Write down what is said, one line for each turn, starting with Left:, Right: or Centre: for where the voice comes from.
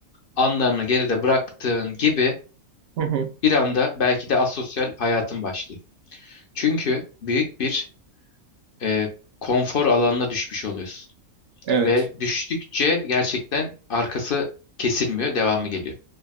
Left: anlarını geride bıraktığın gibi
Right: Hı hı.
Left: bir anda belki de asosyal hayatın başlıyor. Çünkü büyük bir e, konfor alanına düşmüş oluyorsun.
Right: Evet.
Left: Ve düştükçe gerçekten arkası kesilmiyor, devamı geliyor.